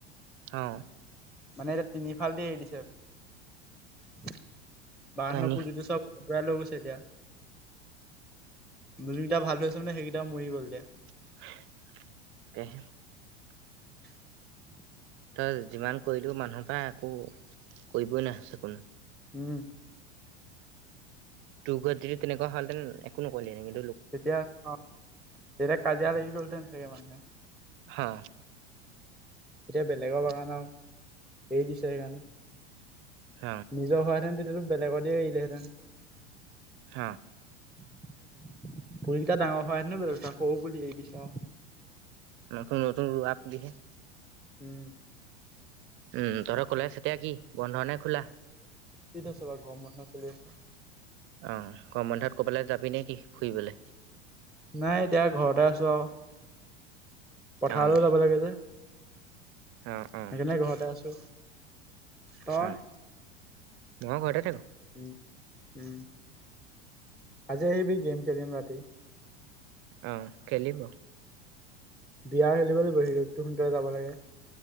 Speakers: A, on the right; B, in the centre.
A: অ
B: মানে এতিয়া তিনিফালেদি এৰি দিছে। বাগানৰ
A: তই নি
B: পূজিটো চব উৰাই লৈ গৈছে এতিয়া। যোনকেইটা ভাল ধৰিছে মানে সেইকেইটা মৰি গ'ল এতিয়া।
A: <unintelligible>
B: <inaudible>
A: তই যিমান কৰিলো মানুহৰ পৰা একো কৰিবই নোৱাৰা হৈছে কোনো।
B: উম
A: তোৰ ঘৰত যদি তেনেকুৱ হলহেঁতেন একো নক'লে হেঁতেন।
B: তেতিয়া অ তেতিয়া কাজিয়া লাগি গ'ল চাগে মানুহে।
A: হা।
B: এতিয়া বেলেগৰ পৰা কাৰণে এৰি দিছে সেইকাৰণে। নিজৰ হোৱহেতেন
A: হ
B: তেতিয়াতো বেলেগলৈ আহিলেহেঁতেন। পুলিকেইটা ডাঙৰ হোৱা
A: হ
B: হলো একো নাই ন সৰু পুলি। দিছে আৰু
A: নতুন নতুন ৰোৱা পুলিহে।
B: <inaudible>
A: উম তহঁতৰ কলেজ এতিয়া কি বন্ধ নে খোলা?
B: কিটো আছে গৰম বন্ধ চলি আছে।
A: আহ গৰম বন্ধত কবালৈ যাবি নেকি ফুৰিবলৈ!
B: নাই এতিয়া ঘৰতে আছো আৰু পথাৰলৈও
A: অ',
B: যাব লাগে যে।
A: অ', অ',
B: সেইকাৰণে ঘৰতে আছো। তই?
A: অ', মই ঘৰতে থাকো।
B: উ উম আজি আহিবি গেম খেলিম ৰাতি।
A: অ খেলিব
B: বি আৰ ৰেংকত এ খেলিম হিৰৈক সোনকালে যাব লাগে।